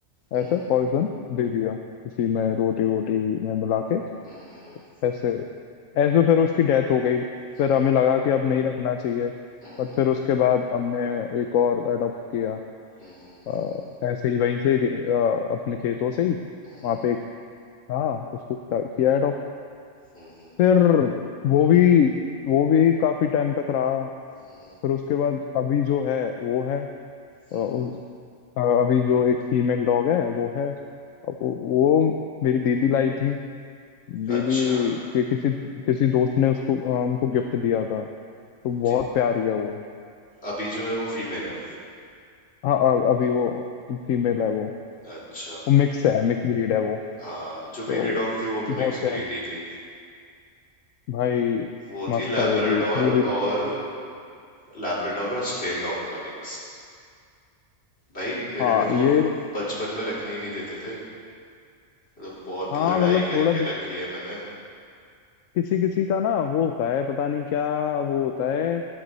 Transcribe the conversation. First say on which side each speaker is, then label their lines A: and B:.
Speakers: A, on the left; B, on the left.
A: हम्म
B: ऐसे पॉइजन दे दिया किसी में रोटी वोटी में मिला के
A: हम्म
B: ऐसे ऐसे तो फिर उसकी डेथ हो गई
A: हम्म
B: फिर हमें लगा कि अब नहीं रखना चाहिए
A: हम्म
B: बट फिर उसके बाद हमने एक और अडॉप्ट किया
A: हम्म हम्म
B: अ, ऐसे ही वहीं से अ, अपने खेतों से ही
A: हम्म
B: वहाँ पे एक था उसको किया अडॉप्ट
A: हम्म
B: फिर वो भी वो भी काफी टाइम तक रहा
A: हम्म
B: फिर उसके बाद अभी जो है वो है
A: हम्म
B: अ, उ-
A: हम्म।
B: अ, अभी जो एक फीमेल डॉग है वो है अब वो वो मेरी दीदी लाई थी दीदी
A: अच्छा
B: के किसी किसी दोस्त ने उसको अ, उनको गिफ्ट दिया था तो
A: ती-
B: बहुत प्यारी है वो
A: अभी जो है वो फीमेल है
B: हाँ अ- अभी वो फीमेल है वो
A: अच्छा
B: वो मिक्स है मिक्स ब्रीड है वो
A: हाँ जो
B: तो
A: मेरी डॉग थी वो भी
B: बहुत
A: मिक्स
B: प्यार
A: ब्रीड ही थी
B: भाई
A: वो थी
B: मस्त
A: लैब्राडोर
B: है वो भी वो भी
A: और लैब्राडोर और स्ट्रे डॉग का मिक्स भाई मेरे
B: हाँ
A: को तो
B: ये
A: बचपन में रखने ही नहीं देते थे तो बहुत
B: हाँ
A: लड़ाई
B: मतलब
A: करके
B: थोड़ा दिख-
A: रखी है मैंने
B: किसी किसी का ना वो होता है पता नहीं क्या वो होता है